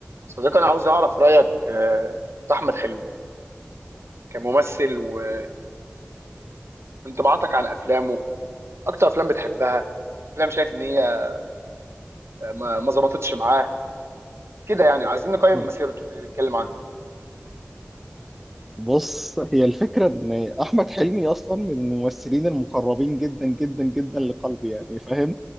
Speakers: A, on the right; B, in the centre.
A: صديقي انا عاوز اعرف رايك آه، في احمد حلمي كممثل وايه انطباعاتك عن افلامه اكتر افلام بتحبها افلام شايف ان هي آه، ما ما ظبطتش معاه كده يعني عايزين نقيم
B: مم.
A: مسيرته كده نتكلم عنه
B: بص هي الفكرة إن أحمد حلمي أصلا من الممثلين المقربين جدا جدا جدا لقلبي يعني فاهم